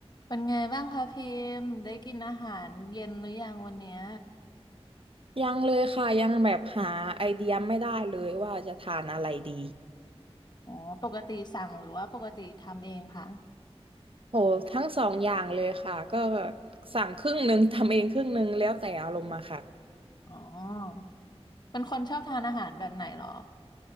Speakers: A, on the left (about 40°); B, on the right (about 55°).
A: เป็นไงบ้างคะพิมพ์ได้กินอาหารเย็นหรือยังวันเนี้ย
B: ยังเลยค่ะยังแบบหาไอเดียไม่ได้เลยว่าจะทานอะไรดี
A: อ๋อปกติสั่งหรือว่าปกติทำเองคะ
B: โหทั้งสองอย่างเลยค่ะก็สั่งครึ่งหนึ่งทำเองครึ่งหนึ่งแล้วแต่อารมณ์มาค่ะ
A: อ๋อเป็นคนชอบทานอาหารแบบไหนเหรอ